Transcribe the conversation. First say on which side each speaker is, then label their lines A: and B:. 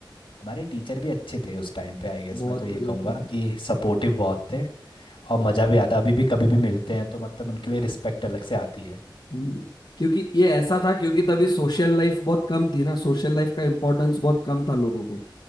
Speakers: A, on the left (about 85°); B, on the left (about 60°).
A: हमारे टीचर भी अच्छे थे उस टाइम पे आई गेस
B: बहुत
A: मैं तो ये
B: बढ़िया
A: कहूँगा
B: था
A: कि सपोर्टिव बहुत थे और मज़ा भी आता अभी भी कभी भी मिलते हैं तो मतलब उनके लिए रिस्पेक्ट अलग से आती है
B: हम्म, क्योंकि ये ऐसा था क्योंकि तभी सोशल लाइफ बहुत कम थी ना सोशल लाइफ का इम्पोर्टेंस बहुत कम था लोगों को